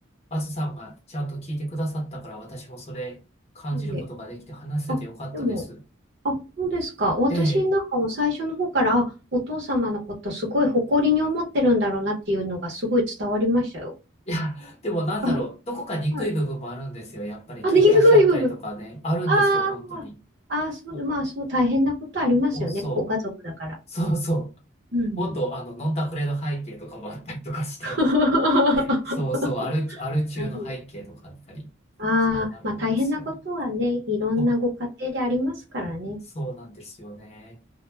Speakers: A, on the left; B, on the right.
A: あずさんがちゃんと聞いてくださったから、私もそれ感じることができて話せてよかったです。
B: いいねあ、でも、あ、そうですか。私なんかも最初の方から、
A: ええ
B: あ、お父様のことすごい誇りに思ってるんだろうなっていうのがすごい伝わりましたよ。
A: いや、でもなんだろう、
B: あ、はい。
A: どこか憎い部分もあるんですよ。
B: はい
A: やっぱり喧嘩しちゃったりとかね、
B: あ、ね、いい部分。
A: あるんですよ、
B: あーあー、
A: 本当に。
B: そう、
A: だから、
B: まあそう大変なことありますよね。
A: そうそう、
B: ご家族だから。
A: そうそ
B: うん。
A: う、もっとあの、飲んだくれの背景とかもあったりとかして、
B: <laughs>
A: そうそう、アル、アル中の背景とかあったり、
B: なるほど。ああ、
A: そうあるんですよね。
B: まあ大変なことはね、いろんなご家庭でありますからね。
A: そう、そうなんですよね。